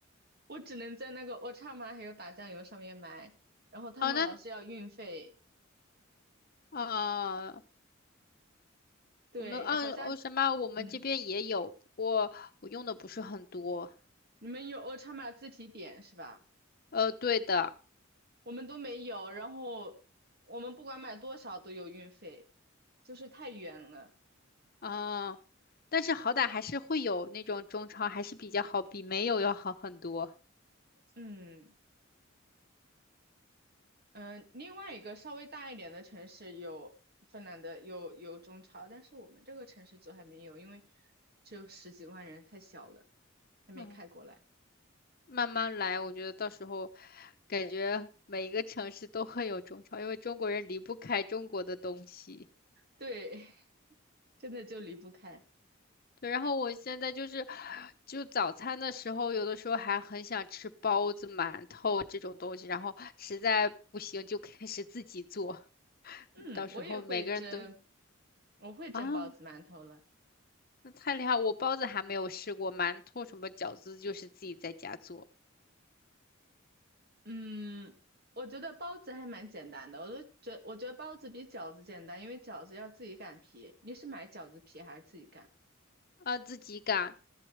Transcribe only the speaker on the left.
哦，那啊、
我们按哦什么，
我们这边也有，
不过我用的不是很多。
呃，对的，
啊、但是好歹还是会有那种中超，还是比较好，比没有要好很多。
嗯。慢慢来，我觉得到时候感觉每一个城市都会有中超，因为中国人离不开中国的东西。
对，然后我现在就是，就早餐的时候，有的时候还很想吃包子、馒头这种东西，然后实在不行就开始自己做。
嗯到时候每个人都
啊，那太厉害！我包子还没有试过，馒头什么饺子就是自己在家做，
啊，自己擀。